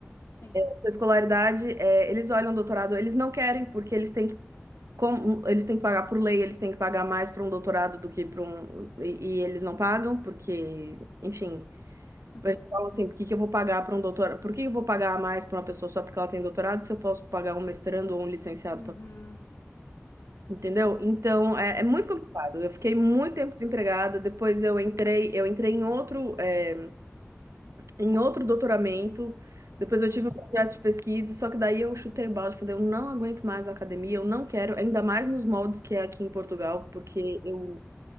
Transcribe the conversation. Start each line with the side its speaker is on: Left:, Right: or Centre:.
Left: sim.
Right: sua escolaridade, é, eles olham o doutorado, eles não querem, porque eles têm que, como, eles têm que pagar por lei, eles têm que pagar mais para um doutorado do que para um, e, e eles não pagam, porque, enfim.
Left: Uhum,
Right: Eles falam assim, por que que eu vou pagar para um doutorado? Por que eu vou pagar a mais para uma pessoa só porque ela tem doutorado se eu posso pagar um mestrando ou um licenciado?
Left: uhum,
Right: pra- Entendeu? Então, é, é muito
Left: sim.
Right: complicado. Eu fiquei muito tempo desempregada, depois eu entrei, eu entrei em outro, é, em outro doutoramento, depois eu
Left: Uhum,
Right: tive um projeto de pesquisa, só que daí eu chutei o balde, falei, eu não aguento mais a academia, eu não quero, ainda mais nos moldes que é aqui em Portugal, porque eu
Left: pois.